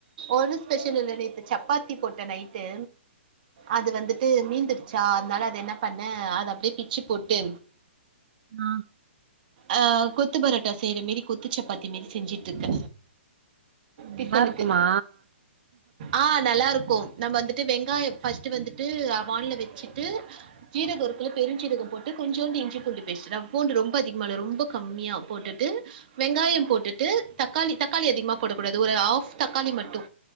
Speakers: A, on the right; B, on the right.
A: ஒரு ஸ்பெஷல்லு இல்ல நேத்து சப்பாத்தி போட்ட நைட்டு அது வந்துட்டு மீந்தூர்ச்சா அதனால அத என்ன பண்ண அது அப்டியே பிச்சு போட்டு
B: ஆ
A: ஆ கொத்து பரோட்டா செய்யற மேரி கொத்து சப்பாத்தி மேரி செஞ்சுட்ருக்க
B: நல்லா
A: டிபனுக்கு
B: இருக்குமா
A: ஆ நல்லாருக்கு நம்ம வந்துட்டு வெங்காயோ ஃபஸ்ட்டு வந்துட்டு வான்ல வெச்சுட்டு ஜீரக இருக்குல்ல பெருஞ்சீரக போட்டு கொஞ்சோண்டு இஞ்சி பூண்டு பேஸ்ட் நா பூண்டு ரொம்ப அதிகமால்ல ரொம்ப கம்மியா போட்டுட்டு வெங்காயம் போட்டுட்டு தக்காளி தக்காளி அதிகமா போடக் கூடாது ஒரு ஆஃப் தக்காளி மட்டு